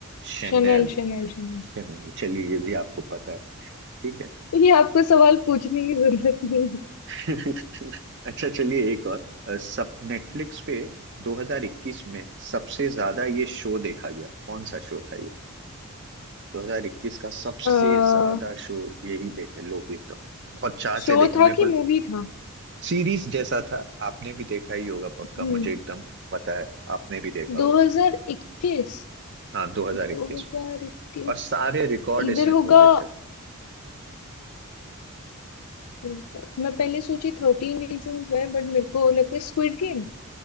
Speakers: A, on the right; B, on the left.
A: शनेल
B: शनेल Chanel Chanel
A: शनेल चलिए ये भी आपको पता है ठीक है
B: <laughs> ये आपको सवाल पूछने की जरूरत नहीं है
A: <laughs> अच्छा चलिए एक और अ, सब नेटफ्लिक्स पे 2021 में सबसे ज्यादा ये शो देखा गया कौन सा शो था ये 2021 का सबसे
B: अह,
A: ज्यादा शो यही देखे लोग एकदम बहुत चाह
B: शो
A: से देखे
B: था
A: मेरे
B: कि
A: को
B: मूवी था
A: सीरीज जैसा था आपने भी देखा ही होगा पक्का
B: हम्म
A: मुझे एकदम पता है आपने भी देखा
B: 2021
A: होगा हाँ 2021
B: 2021
A: में और सारे रिकॉर्ड
B: इधर
A: इसने
B: होगा
A: तोड़े थे
B: मैं पहले सोची थर्टीन रीजंस वाई बट मेरे को लगता है स्क्विड गेम